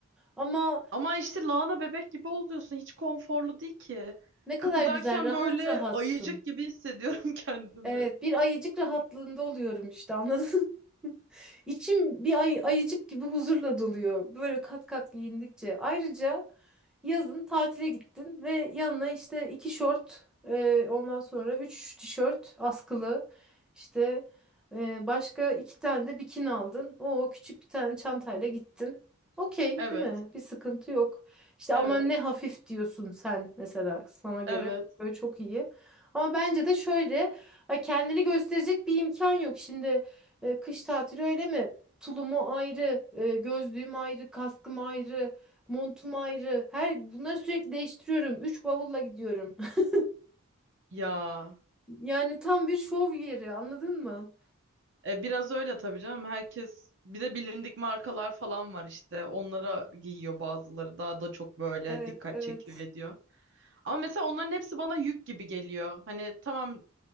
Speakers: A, in the centre; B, on the right.
A: Ama
B: Ama işte lahana bebek gibi oluyorsun. Hiç konforlu değil ki.
A: ne kadar
B: Kıpırdarken
A: güzel, rahat
B: böyle
A: rahatsın.
B: ayıcık gibi hissediyorum <laughs> kendimi.
A: Evet, bir ayıcık rahatlığında oluyorum işte anladın mı? <laughs> İçim bir ay, ayıcık gibi huzurla doluyor. Böyle kat kat giyindikçe. Ayrıca yazın tatile gittin ve yanına işte iki şort, e, ondan sonra üç tişört askılı, işte e, başka iki tane de bikini aldın. O küçük bir tane çantayla gittin. Okey,
B: Evet,
A: değil mi? Bir sıkıntı yok. İşte
B: evet,
A: aman ne hafif diyorsun sen mesela sana göre
B: evet.
A: böyle çok iyi. Ama bence de şöyle. Ha, kendini gösterecek bir imkan yok. Şimdi e, kış tatili öyle mi? Tulumu ayrı, e, gözlüğüm ayrı, kaskım ayrı, montum ayrı. Her bunları sürekli değiştiriyorum. Üç bavulla gidiyorum. <laughs>
B: Ya,
A: Yani tam bir şov yeri, anladın mı?
B: e, biraz öyle tabii canım. Herkes bir de bilindik markalar falan var işte. Onlara giyiyor bazıları. Daha da çok böyle
A: Evet,
B: dikkat
A: evet.
B: çekiyor ediyor. Ama mesela onların hepsi bana yük gibi geliyor. Hani tamam